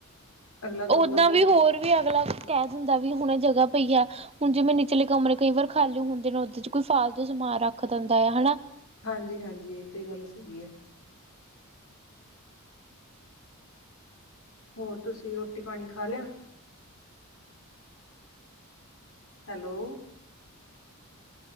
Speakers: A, on the left; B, on the right.
A: ਅਗਲਾ ਦੋ-ਦੋ
B: ਓਦਾਂ
A: ਚੀਜ਼ਾਂ
B: ਵੀ ਹੋਰ
A: ਤੇ
B: ਵੀ ਅਗਲਾ ਕਹਿ ਦਿੰਦਾ ਵੀ ਹੁਣ ਇਹ ਜਗ੍ਹਾ ਪਈ ਆ ਹੁਣ ਜਿਵੇਂ ਨਚਲੇ ਕਮਰੇ ਕਈ ਵਾਰ ਖਾਲੀ ਹੁੰਦੇ ਨੇ ਉਹਦੇ ਚ ਕੋਈ ਫਾਲਤੂ ਸਮਾਨ ਰੱਖ ਦਿੰਦਾ ਆ ਹਨਾ।
A: ਹਾਂਜੀ -ਹਾਂਜੀ, ਇਹ ਤੇ ਗੱਲ ਸਹੀ ਹੈ। ਹੋਰ ਤੁਸੀਂ ਰੋਟੀ ਪਾਣੀ ਖਾ ਲਿਆ? ਹੈਲੋ!